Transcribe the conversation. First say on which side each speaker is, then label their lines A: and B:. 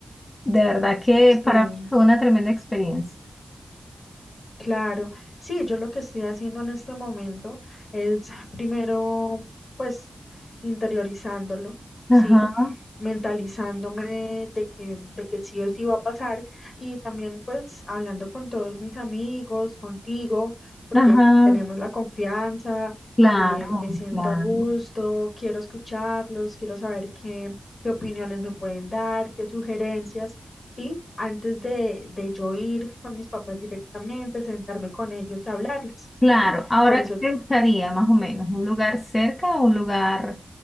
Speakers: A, on the left; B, on the left.
A: De verdad que
B: sí.
A: para mí fue una tremenda experiencia.
B: Claro, sí, yo lo que estoy haciendo en este momento es primero, pues, interiorizándolo,
A: Ajá,
B: ¿sí? Mentalizándome de que, de que sí o sí va a pasar y también, pues, hablando con todos mis amigos, contigo, porque
A: ajá,
B: tenemos la confianza,
A: claro,
B: eh, me siento
A: claro.
B: a gusto, quiero escucharlos, quiero saber qué, qué opiniones me pueden dar, qué sugerencias. ¿sí? Antes de, de yo ir con mis papás directamente, sentarme con ellos y hablarles,
A: Claro,
B: ¿sí?
A: ahora
B: Por eso,
A: qué te gustaría más o menos, un lugar cerca, un lugar